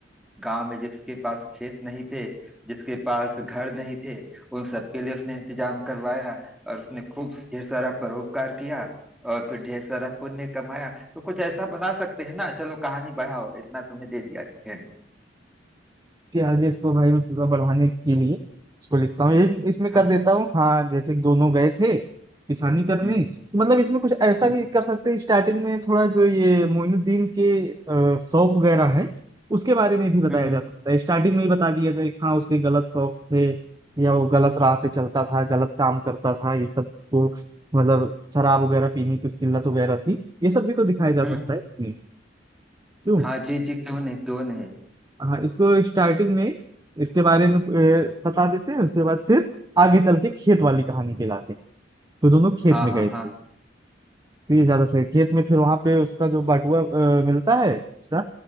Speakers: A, in the centre; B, on the right (about 20°).
A: गांव में जिसके पास खेत नहीं थे जिसके पास घर नहीं थे उन सबके लिए उसने इंतजाम करवाया और उसने खूब ढेर सारा परोपकार किया और फिर ढेर सारा पुण्य कमाया तो कुछ ऐसा बना सकते हैं ना चलो कहानी बढ़ाओ इतना तुम्हें दे दिया हिंट
B: कि आगे इसको भाई मैं पूरा बढ़ाने के लिए इसको लिखता हूँ यही इसमें
A: हाँ
B: कर देता हूँ हाँ जैसे कि दोनों गए थे किसानी करने
A: हम्म
B: मतलब इसमें कुछ ऐसा
A: हम्म
B: भी कर सकते हैं स्टार्टिंग में थोड़ा जो ये मोइनुद्दीन के अ, शौक वगैरह है उसके बारे में भी बताया
A: हम्म हम्म,
B: जा
A: हम्म।
B: सकता है स्टार्टिंग में ही बता दिया जाए कि हाँ उसके गलत शौक थे या वो गलत राह पे चलता था गलत काम करता था ये सब को मतलब शराब वगैरह पीने की उसकी लत वगैरह थी ये सब भी तो दिखाया जा
A: हम्म,
B: सकता
A: हम्म।
B: है इसमें क्यों
A: हाँ जी जी क्यों नहीं क्यों नहीं
B: हाँ इसको स्टार्टिंग में इसके बारे में अ, बता देते हैं उसके बाद फिर आगे चल के खेत वाली कहानी पे लाते हैं तो दोनों खेत
A: हाँ
B: में
A: हाँ
B: गए थे
A: हाँ
B: तो ये ज्यादा सही है। खेत में फिर वहां पे उसका जो बटुआ अ, मिलता है उसका